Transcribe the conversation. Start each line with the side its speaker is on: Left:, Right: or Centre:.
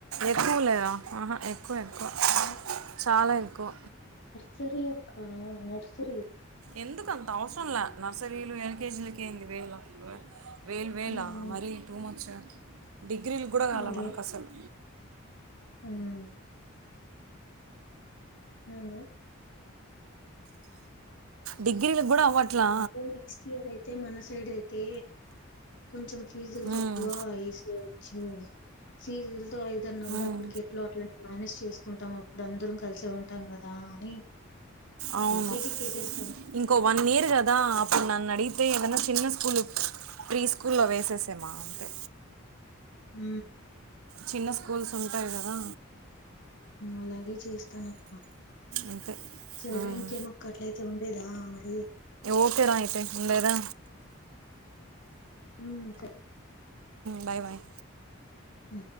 Right: ఎక్కువ లేదు ఆహా ఎక్కువ ఎక్కువ
Left: ఉమ్
Right: చాలా ఎక్కువ
Left: సరి అక్క నర్సరి
Right: ఎందుకు అంత అవసరం లే నర్సరీలు ఎల్కేజీలక అయింది వేల వేలు వేలా
Left: ఉమ్
Right: మరిీ టూ మచ్ డిగ్రీలు కూడా కాలి
Left: అదే
Right: మనకు అసలు
Left: ఉమ్ అవు
Right: డిగ్రీలకు కూడా అవ్వట్లా
Left: అే నెక్స్ట్ ఇయర్ అయితే మన సైడ్ అయితే కొంచెం ఫీజులు తక్కువ
Right: ఉమ్,
Left: వేసేయచ్చు ఫీజు తతో ఏదన్నా కూడా
Right: ఉమ్,
Left: అప్పటికి ఎట్లా అట్ల మేనేజస్ చేసుకుంటాం అప్పుడు అందరం కలిసే ఉంట కలిసి ఉంటాం కథ అని
Right: అవును
Left: ఎల్కెజీ కేసెస్
Right: ఇంకో వన్ ఇయర్ కదా అప్పుడు న నడిగితే ఏదన్నా చిన్న స్కూల్ ప్రీ స్కూల్ లో వేస త్తసేమా అంటే
Left: హ
Right: చిన్న స్కూల్స్ ఉంటాయి కదా
Left: అలాగే చేస్తాన అక్క
Right: అంతే
Left: సరే
Right: ఉమ్
Left: ఇంకేమక్క అట్లయితే ఉండేదా మరి
Right: ఓకే రా అయితే ఉందేదా
Left: ఉ స
Right: బాయ్ బాయ్
Left: ఆ